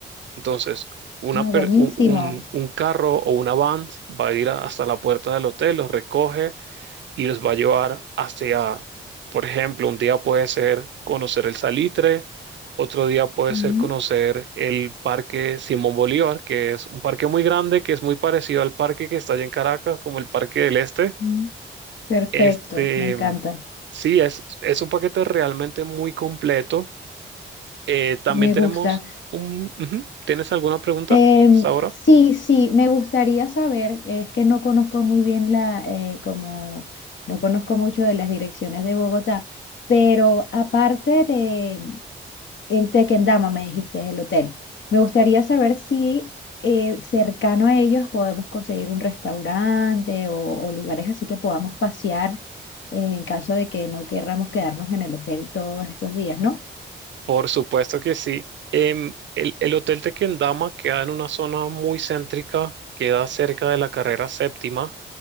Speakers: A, on the right; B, on the left.
A: Entonces, una
B: Ah,
A: per-
B: buenísimo.
A: un, un- un carro o una van va a ir a- hasta la puerta del hotel, los recoge y los va a llevar hacia, por ejemplo, un día puede ser conocer el Salitre, otro día puede
B: Ujú,
A: ser conocer el Parque Simón Bolívar, que es un parque muy grande, que es muy parecido al parque que está allá en Caracas, como el Parque del Este.
B: ujú, Perfecto,
A: Este,
B: me encanta.
A: sí, es, es un paquete realmente muy completo. Eh, también
B: Me
A: tenemos
B: gusta.
A: un... ujú, ¿Tienes alguna pregunta,
B: Em,
A: Saura?
B: sí, sí, me gustaría saber, es que no conozco muy bien la, eh, como, no conozco mucho de las direcciones de Bogotá, pero aparte de en Tequendama, me dijiste, el hotel, me gustaría saber si eh, cercano a ellos podemos conseguir un restaurante o, o lugares así que podamos pasear eh, en caso de que no querramos quedarnos en el hotel todos estos días, ¿no?
A: Por supuesto que sí. Em, el, el hotel de queda en una zona muy céntrica, queda cerca de la carrera séptima.